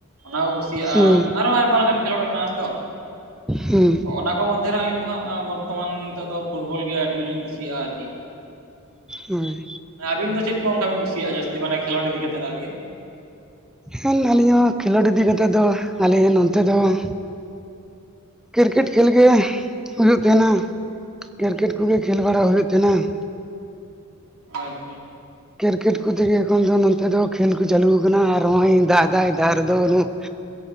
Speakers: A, on the right; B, in the centre.
A: ᱚᱱᱟ ᱠᱚ ᱠᱩᱥᱤᱭᱟᱜᱼᱟ
B: ᱦᱳᱭ
A: ᱟᱨᱦᱚᱸ ᱟᱭᱢᱟ ᱞᱮᱠᱟᱱ ᱠᱷᱮᱞᱳᱰ ᱢᱮᱱᱟᱜᱼᱟ ᱛᱚ᱾
B: ᱦᱩᱸ
A: ᱚᱱᱟ ᱠᱚ ᱠᱚ ᱢᱚᱫᱽᱫᱷᱮ ᱨᱮ ᱟᱹᱞᱤᱧ ᱫᱚ ᱦᱟᱸᱜ ᱵᱚᱨᱛᱚᱢᱟᱱ ᱱᱤᱛᱚᱜ ᱫᱚ ᱯᱷᱩᱴᱵᱚᱞ ᱜᱮ ᱟᱹᱰᱤ ᱡᱳᱨ ᱞᱤᱧ ᱠᱩᱥᱤᱭᱟᱜᱼᱟ ᱟᱨᱠᱤ᱾
B: ᱩᱸ
A: ᱟᱹᱵᱤᱱ ᱫᱚ ᱪᱮᱫ ᱠᱚ ᱚᱱᱠᱟ ᱵᱤᱱ ᱠᱩᱥᱤᱭᱟᱜᱼᱟ ᱡᱟᱹᱥᱛᱤ ᱢᱟᱱᱮ ᱠᱷᱮᱸᱞᱳᱰ ᱤᱫᱤ ᱠᱟᱛᱮ ᱟᱨᱠᱤ᱾
B: ᱦᱮᱸ ᱟᱹᱞᱤᱧ ᱦᱚᱸ ᱠᱷᱮᱞᱳᱰ ᱤᱫᱤ ᱠᱟᱛᱮᱜ ᱫᱚ ᱟᱞᱮ ᱱᱚᱛᱮ ᱫᱚ ᱩᱸ ᱠᱤᱨᱠᱮᱴ ᱠᱷᱮᱞ ᱜᱮ ᱦᱩᱭᱩᱜ ᱛᱟᱦᱮᱱᱟ᱾ ᱠᱤᱨᱠᱮᱴ ᱠᱚᱜᱮ ᱠᱷᱮᱞ ᱵᱟᱲᱟ ᱦᱩᱭᱩᱜ ᱛᱟᱸᱦᱮᱱᱟ᱾
A: ᱟᱪᱪᱷᱟ᱾
B: ᱠᱮᱨᱠᱮᱴ ᱠᱚᱛᱮ ᱜᱮ ᱮᱠᱷᱚᱱ ᱫᱚ ᱱᱚᱱᱛᱮ ᱫᱚ ᱠᱷᱮᱞ ᱠᱚ ᱪᱟᱹᱞᱩ ᱠᱟᱱᱟ ᱟᱨ ᱱᱚᱜᱼᱚᱭ ᱫᱟᱜ ᱫᱟᱭ ᱫᱟᱜ ᱨᱮᱫᱚ ᱟᱫᱚ ᱼᱼ